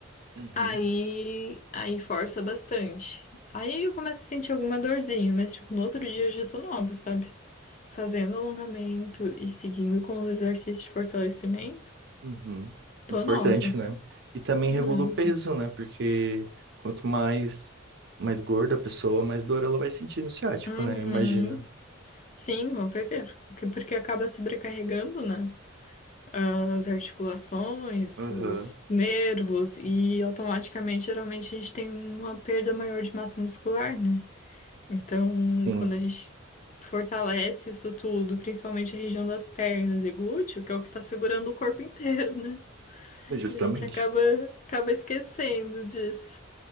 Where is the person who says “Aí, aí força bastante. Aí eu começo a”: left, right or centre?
Left